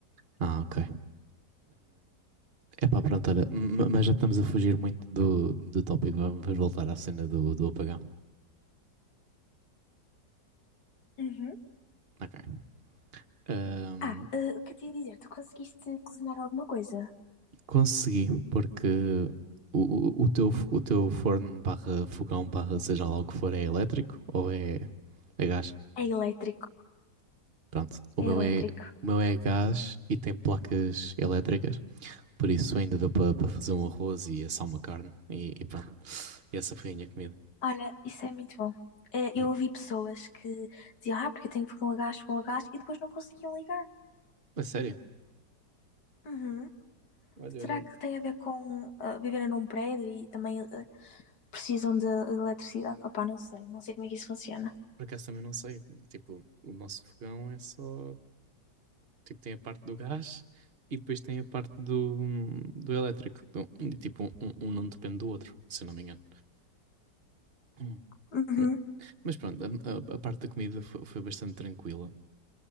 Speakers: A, on the right; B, on the left.
A: Ah, ok. é pá, pronto, olha, m- mas já estamos a fugir muito do, do tópico, va- vamos voltar à cena do, do apagão.
B: Uhum.
A: Ok. Ahm,
B: Ah, eh, o que eu tinha a dizer? Tu conseguiste cozinhar alguma coisa?
A: consegui, porque o, o, o teu, o teu forno barra fogão barra seja lá o que for é elétrico ou é, é gás?
B: É elétrico,
A: Pronto, o
B: é
A: meu
B: elétrico.
A: é, o meu é gás e tem placas elétricas, por isso ainda deu para fazer um arroz e assar uma carne e, e pronto. E essa foi a minha comida.
B: Olha, isso é muito bom. Eh,
A: Yeah.
B: eu ouvi pessoas que diziam, ah, porque eu tenho fogão a gás, fogão a gás, e depois não conseguiam ligar.
A: A sério?
B: Uhum.
A: Olha,
B: Será
A: eu não,
B: que tem a ver com eh, viverem num prédio e também eh, precisam de eletricidade? Opá, não sei, não sei como é que isso funciona.
A: Por acaso também não sei. Tipo, o nosso fogão é só. Tipo, tem a parte do gás e depois tem a parte do, do elétrico. Então, tipo, um, um não depende do outro, se eu não me engano. Hum.
B: Uhum.
A: Ma- Mas pronto, a, a- a parte da comida foi, foi bastante tranquila.